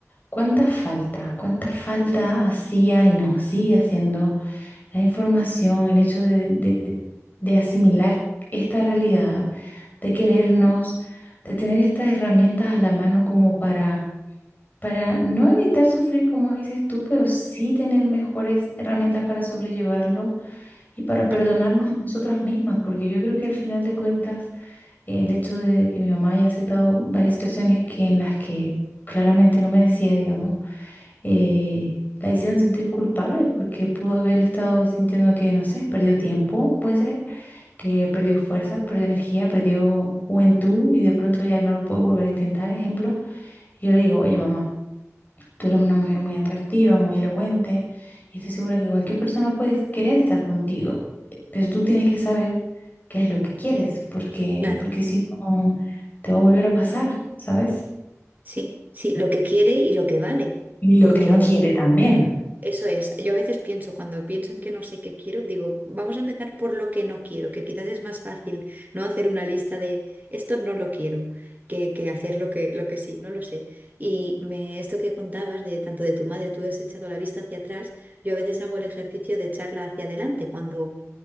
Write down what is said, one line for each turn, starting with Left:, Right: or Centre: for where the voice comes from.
Left: ¿cuánta falta? ¿Cuánta falta hacía y nos sigue haciendo? La información, el hecho de, de- de asimilar esta realidad, de querernos, de tener estas herramientas a la mano como para, para no evitar sufrir, como dices tú, pero sí tener mejores herramientas para sobrellevarlo y para perdonarnos
Right: ujú,
Left: a nosotras mismas, porque yo creo que al final de cuentas, eh, el hecho de que mi mamá haya aceptado varias situaciones que en las que claramente no merecía, digamos eh, la hicieron sentir culpable porque pudo haber estado sintiendo
Right: sí,
Left: que, no sé, perdió tiempo, puede ser, que perdió fuerza, perdió energía, perdió juventud y de pronto ya no lo puede volver a intentar. Ejemplo, yo le digo, oye mamá, tú eres una mujer muy atractiva, muy elocuente y estoy segura que cualquier persona puede querer estar contigo, pero tú tienes que saber qué es lo que quieres porque,
Right: Claro.
Left: porque si no, te va a volver a pasar, ¿sabes?
Right: Sí, sí, lo que quiere y lo que vale, Sí.
Left: Y lo
Right: porque
Left: que no quiere también.
Right: eso es. Yo a veces pienso, cuando pienso en que no sé qué quiero, digo, vamos a empezar por lo que no quiero, que quizás es más fácil no hacer una lista de esto no lo quiero, que, que hacer lo que, lo que sí, no lo sé. Y me, esto que contabas de tanto de tu madre, tú has echado la vista hacia atrás, yo a veces hago el ejercicio de echarla hacia adelante cuando